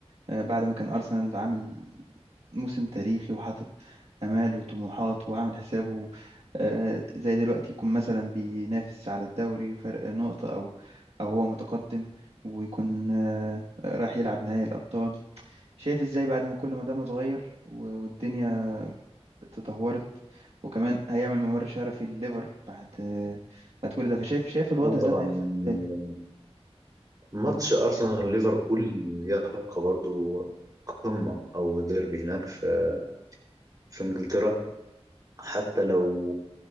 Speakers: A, on the right (about 70°); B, on the right (about 35°).
A: آه، بعد ما كان ارسنال عامل موسم تاريخي وحاطط آمال وطموحات وعامل حسابه آه، زي دلوقتي يكون مثلا بينافس على الدوري وفرق نقطة أو أو هو متقدم ويكون آه، رايح يلعب نهائي الأبطال شايف إزاي بعد ما كل ما ده متغير و- والدنيا تدهورت وكمان هيعمل ممر شرفي لليفر بعد آه، بعد كل ده فشايف شايف الوضع
B: اه
A: ده
B: طبعا
A: هيحصل
B: يعني
A: إزاي
B: ماتش ارسنال ليفربول يبقى برضو قمة او ديربي هناك في في انجلترا حتى لو